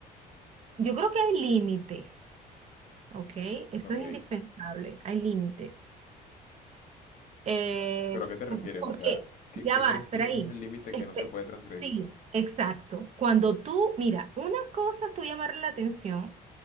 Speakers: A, on the right (about 40°); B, on the left (about 50°).
A: Yo creo que hay límites, ¿ok? Eso
B: Ok.
A: es indispensable, hay límites. Eh,
B: ¿Pero a qué te refieres?
A: po- porque,
B: O sea, ¿qué,
A: ya
B: qué
A: va,
B: crees
A: espera
B: tú que
A: ahí.
B: es el límite
A: Espe-
B: que no se puede transgredir?
A: sí, exacto. Cuando tú, mira, una cosa es tú llamarle la atención,